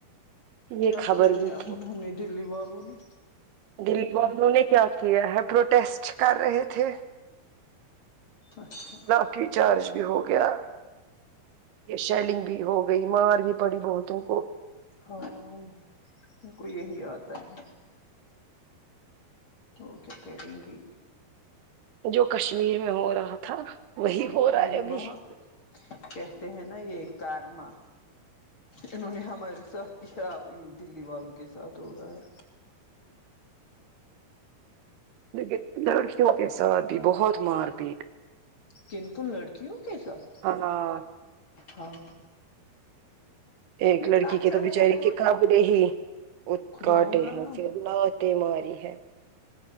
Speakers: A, on the left (about 35°); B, on the right (about 85°).
A: کیا
B: یہ خبر
A: کیا ہے
B: بھی
A: اب
B: تھی
A: انہوں نے دلی والوں نے
B: دلیپ ب انہوں نے کیا کیا ہے پروٹیسٹ کر رہے تھے
A: اچھا
B: لاٹھی چارج بھی ہو گیا یہ شیلنگ بھی ہو گئی مار بھی پڑی بہتو کو
A: ہائے ان کو یہی آتا ہے اوکے اوکے رنکی
B: جو کشمیر میں ہو رہا تھا وہی ہو رہا
A: وہی
B: ہے ابھی
A: وہاں پہ کہتے ہیں نا یہ کارما انہوں نے ہمارے ساتھ کیا اب ان دلی والوں کے ساتھ رگا ہے
B: ل لڑکیوں کے ساتھ بھی بہت مار پیٹ
A: کن کن لڑکیوں کے ساتھ
B: ہاں
A: ہاں
B: ایک
A: لیکن
B: لڑکی
A: اچھا
B: کے تو
A: ہے
B: بچاریے
A: نا پروٹ
B: کے کپڑے ہی
A: خدایا
B: کاٹے
A: رحم
B: ہیں بیماری ہے